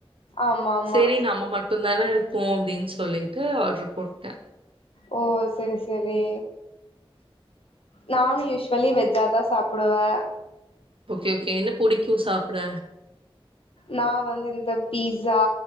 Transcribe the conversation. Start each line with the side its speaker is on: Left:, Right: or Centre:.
Left: ஆமா ஆமா
Right: செரி நம்ம மட்டும்தானே இரு ம் அப்டின்னு சொல்லிட்டு ஆர்டரு போட்டேன்
Left: ஓ சேரி செரி நானும் யூஸ்வலி வெஜ்ஜாதான் சாப்படுவேன்
Right: ஓகே ஓகே என்ன படிக்கும் சாப்பட
Left: நான வந்து இந்த பீஸா